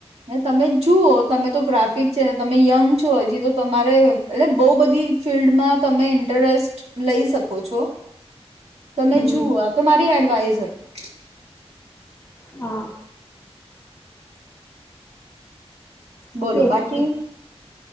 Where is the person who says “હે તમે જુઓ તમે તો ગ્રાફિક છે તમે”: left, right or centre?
Right